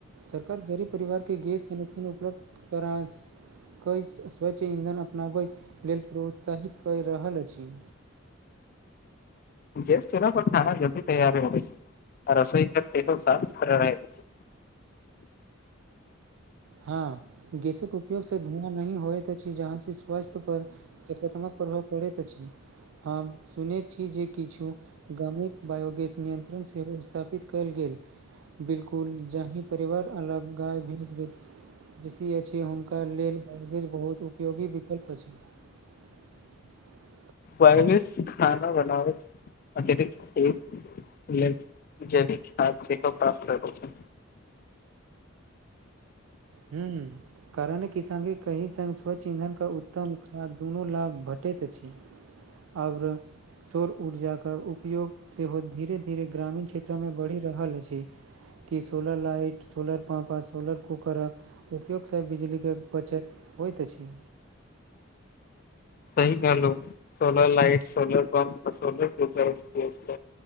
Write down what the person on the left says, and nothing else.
गैस चूल्हा पर खाना जल्दी तैयार होइ छै आ रसोई गैस सँ साफ-सुथर रहैत छै।
बस खाना बनाबत अतिरिक्त क <unintelligible> जैविक खाद से प्राप्त करू छै
सी कहू, सोलर लाइट, सोलर पम्प, सोलर प्रोट।